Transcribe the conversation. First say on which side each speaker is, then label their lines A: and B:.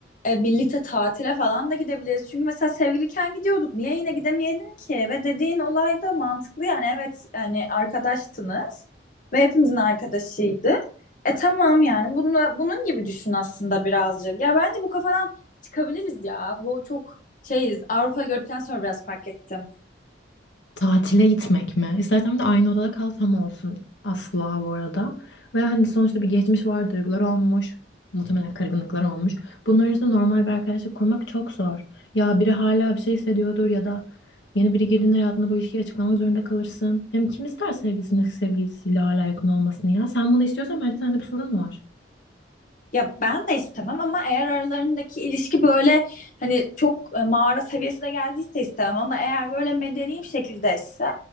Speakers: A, on the left; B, on the left.
A: E, birlikte tatile falan da gidebiliriz. Çünkü mesela sevgiliyken gidiyorduk. Niye yine gidemeyelim ki? Ve dediğin olay da mantıklı yani evet yani arkadaştınız ve hepimizin arkadaşıydı. E tamam yani bunu, bunun gibi düşün aslında birazcık. Ya bence bu kafadan çıkabiliriz ya. Bu çok şeyiz. Avrupa gördükten sonra biraz fark ettim.
B: Tatile gitmek mi? İstersen bir de aynı odada kal tam olsun. Asla bu arada. Ve hani sonuçta bir geçmiş var, duygular olmuş. Muhtemelen kırgınlıklar olmuş. Bunların üstüne normal bir arkadaşlık kurmak çok zor. Ya biri hala bir şey hissediyordur ya da yeni biri girdiğinde hayatında bu ilişkiyi açıklamak zorunda kalırsın. Hem kim ister sevgilisinin eski sevgilisiyle hala yakın olmasını ya? Sen bunu istiyorsan bence sende bir sorun var.
A: Ya ben de istemem ama eğer aralarındaki ilişki böyle hani çok e, mağara seviyesine geldiyse istemem ama eğer böyle medeni bir şekilde ise